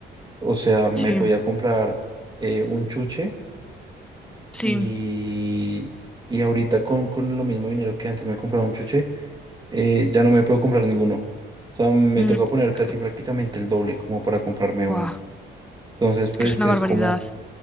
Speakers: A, on the right (about 20°); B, in the centre.
A: o sea, me
B: Sí,
A: podía comprar eh, un chuche
B: sí.
A: y, y ahorita con, con lo mismo dinero que antes me compraba un chuche, eh, ya no me puedo comprar ninguno. O sea, me
B: Mm,
A: toca poner
B: es
A: casi
B: que-
A: prácticamente el doble como para comprarme
B: buah,
A: uno. Entonces, pues
B: es que es una
A: es
B: barbaridad,
A: como,